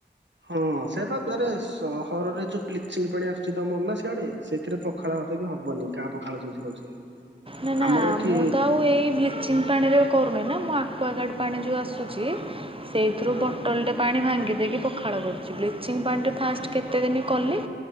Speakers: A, on the right; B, on the right.
A: ହଁ ସେଇଆପା ଆରେ ସହରରେ ଯୋଉ ବ୍ଲିଚିଂ ପାଣି ଆସୁଛି ତମର ନା ସିଆଡେ ସେଥିରେ ପ ପଖାଳ ଭାତ ବି ହବନି ଗାଁ ପଖାଳ ଯେମିତି ହଉଛି।
B: ନା ନା
A: ଆମର ଏଠି
B: ମୁଁ ତ ଆଉ ଏଇ ବ୍ଲି ବ୍ଲିଚିଂ ପାଣିରେ କରୁନି ନା ମୁଁ ଆକ୍ୱାଗାର୍ଡ଼ ପାଣି ଯେଉଁ ଆସୁଛି ସେଇଥିରୁ
A: ହଁ
B: ବଟଲଟେ ପାଣି ଭାଙ୍ଗି ଦେଇକି ପଖାଳ କରୁଛି ବ୍ଲିଚିଙ୍ଗ ପାଣିରେ ଫାଷ୍ଟ୍ କେତେଦିନ କଲି